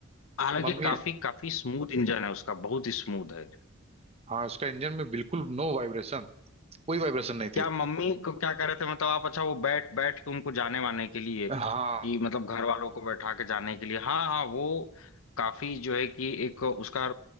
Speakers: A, on the left; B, on the right.
A: हालांकि
B: मम्मी
A: काफी काफी स्मूथ इंजन है उसका बहुत ही स्मूथ है
B: हाँ उसका इंजन में बिल्कुल नो वाइब्रेशन कोई वाइब्रेशन नहीं
A: क्या
B: थी
A: मम्मी को क्या कह रहे थे मतलब आप अच्छा वो बैठ बैठ के उनको जाने वाने के लिए कि
B: हाँ
A: मतलब घर वालों को बैठा के जाने के लिए हाँ हाँ वो काफी जो है कि एक उसका